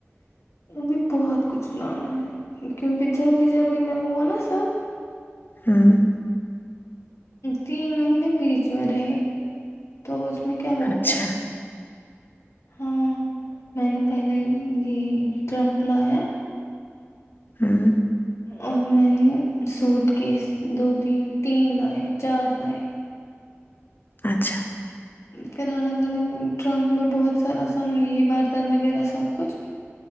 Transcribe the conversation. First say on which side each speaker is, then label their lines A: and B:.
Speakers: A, on the left; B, on the left.
A: ا بھی بہت کچھ لانا ہے کیونکہ جلدی جلدی میں ہوا نا سب
B: ہوں
A: تین مہینے بیچ میں رہے تو اس میں کیا ہوتا
B: اچھا
A: ہاں میں نے پہلے یہ ٹرک لایا
B: ہوں
A: اور میں نے سوٹ کے دو تین تین لائے چار لائے
B: اچھا
A: پھر الگ الگ ٹرنک میں بہت سارا سامان یہ ہے بردن وغیرہ سب کچھ